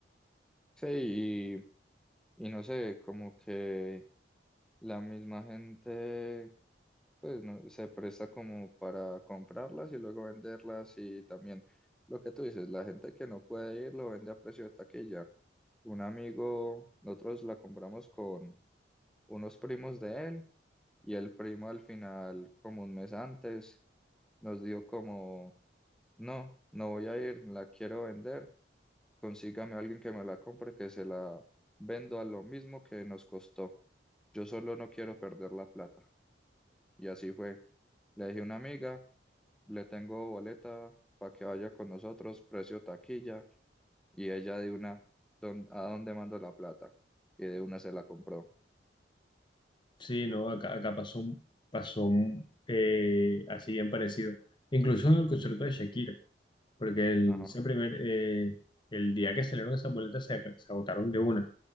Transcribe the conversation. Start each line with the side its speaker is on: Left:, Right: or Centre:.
Centre: Sí, y, y no sé, como que la misma gente, pues, no, se presta como para comprarlas y luego venderlas y también lo que tú dices, la gente que no puede ir lo vende a precio de taquilla. Un amigo, nosotros la compramos con unos primos de él y el primo al final, como un mes antes, nos dio como... No, no voy a ir, la quiero vender. Consígame a alguien que me la compre, que se la vendo a lo mismo que nos costó. Yo solo no quiero perder la plata. Y así fue. Le dije a una amiga, le tengo boleta para que vaya con nosotros, precio taquilla. Y ella de una, "¿Dón- ¿a dónde mando la plata? Y de una se la compró.
Left: Sí, no, acá, acá pasó, un- pasó un, eh, así bien parecido. Incluso en el concierto de Shakira, porque el,
Centre: Ajá,
Left: ese primer, eh, el día que salieron esas boletas se, ac- se agotaron de una.